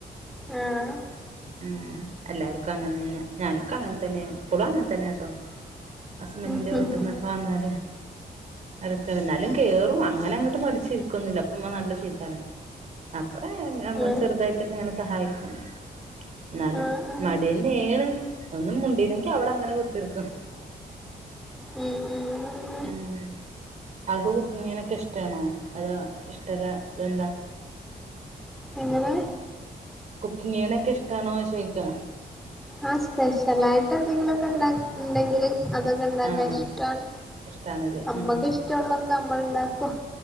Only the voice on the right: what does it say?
ഉം എല്ലാർക്കും അങ്ങനെന്നെ ഞാനൊക്കെ അങ്ങൻതന്നേണ് ഇപ്പളും അങ്ങൻ തന്നെട്ടോ ഹസ്ബന്റിന്റെ
വീട്ടിന്നൊക്കെ
വന്നാല് എടക്ക എന്നാലും കേറും അങ്ങനെ അങ്ങോട്ടും മടിച്ചിരിക്കൊന്നില്ല അപ്പ ഇമ്മ നല്ല ചീത്താറ അപ്പൊ
ചെറുതായിട്ടൊക്കെ ഇങ്ങനെ സഹായിക്കും എന്നാലും
മടന്നെ ണ് ഒന്നും മുണ്ടീല്ലെങ്കി അവിടെ അങ്ങനെ കുത്തിർക്കും
ഉം ആൾക്ക് കുക്കിങ്ങിനൊക്കെ ഇഷ്ടാണോ അതോ ഇഷ്ടല്ലതെന്താ
കുക്കിങ്ങ് ചെയ്യിണെ ഇഷ്ടാണോ ചോയ്ക്കാ
ആഹ്
ഇഷ്ടാണല്ലേ
ഉം